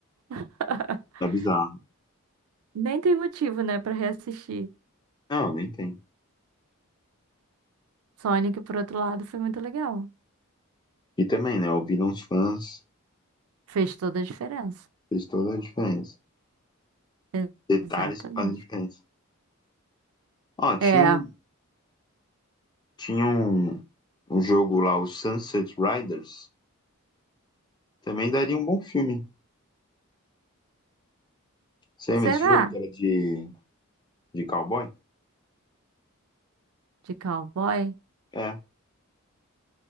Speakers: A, on the right; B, on the left.
A: <laughs>
B: Tá bizarro.
A: Nem tem motivo, né, pra reassistir.
B: Não, nem tem.
A: Sonic, por outro lado, foi muito legal.
B: E também, né? Ouvir uns fãs
A: Fez toda a diferença.
B: fez toda a diferença.
A: E-
B: Detalhes
A: Exatamente.
B: que fazem diferença. Ó, tinha
A: É,
B: um, tinha um, um jogo lá, o Sunset Riders. Também daria um bom filme. Você lembra
A: será?
B: esse jogo que era de, de cowboy?
A: De cowboy?
B: É.